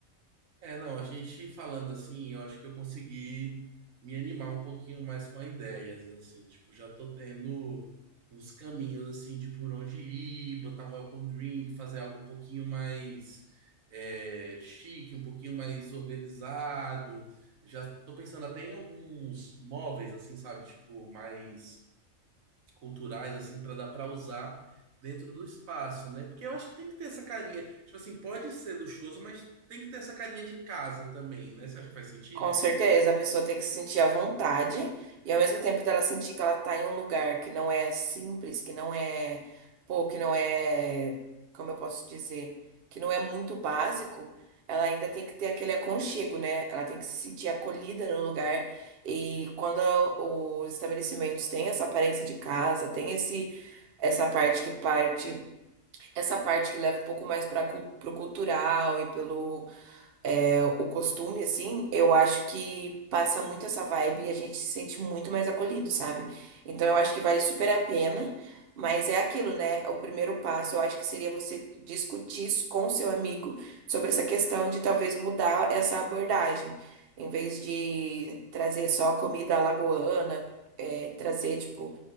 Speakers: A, on the right; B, on the right.
A: É, não, a gente falando assim, eu acho que eu consegui me animar um pouquinho mais com as ideias, assim, tipo, já tô tendo uns caminhos, assim, de por onde ir, botar um welcome drink, fazer algo um pouquinho mais é, chique, um pouquinho mais organizado. Já tô pensando até em alguns móveis, assim, sabe, tipo, mais culturais assim para dar para usar dentro do espaço, né? Porque eu acho que tem que ter essa carinha, tipo assim, pode ser luxuoso, mas tem que ter essa carinha de casa também, né? Você acha que faz sentido?
B: Com certeza, a pessoa tem que se sentir à vontade e ao mesmo tempo dela sentir que ela tá em um lugar que não é simples, que não é, pô, que não é, como eu posso dizer, que não é muito básico, ela ainda tem que ter aquele aconchego, né? Ela tem que se sentir acolhida no lugar e quando os estabelecimentos têm essa aparência de casa, tem esse essa parte que parte, essa parte que leva um pouco mais para pro cultural e pelo é, o costume, assim, eu acho que passa muito essa vibe e a gente se sente muito mais acolhido, sabe? Então eu acho que vale super a pena, mas é aquilo, né? O primeiro passo eu acho que seria você discutir isso com seu amigo sobre essa questão de talvez mudar essa abordagem. Em vez de trazer só comida alagoana, é, trazer, tipo.